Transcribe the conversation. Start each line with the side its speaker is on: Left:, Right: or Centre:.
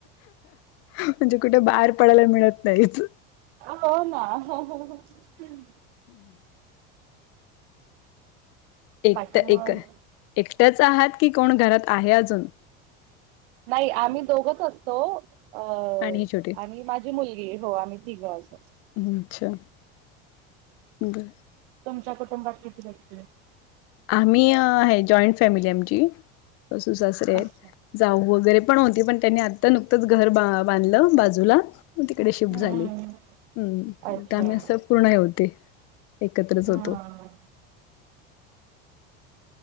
Left: म्हणजे कुठे बाहेर पडायला मिळत नाहीच
Right: हो ना <unintelligible>
Left: हम्म <unintelligible> एक
Right: बाकी
Left: तर
Right: मग
Left: एक एकट्याच आहात की कोण घरात आहे अजून
Right: नाही आम्ही दोघच असतो अ
Left: आणि ही छोटी
Right: आणि माझी मुलगी हो आम्ही तिघं असत <unintelligible>
Left: ् अच्छा ब <unintelligible>
Right: तुमच्या कुटुंबात किती लागतील <unintelligible>
Left: आम्ही आहे जॉईंट फॅमिली आमची सासूर सासरे आहेत
Right: अच्छा
Left: जाऊ वगैरे पण होती पण त्यांनी आता नुकतंच घर बांधलं बाजू बाजूला मग तिकडे शिफ्ट
Right: हम्म
Left: झाले ह्
Right: अच्छा
Left: आही अस पूर्ण होते <unintelligible> एकत्रच
Right: हा.
Left: होतो <unintelligible>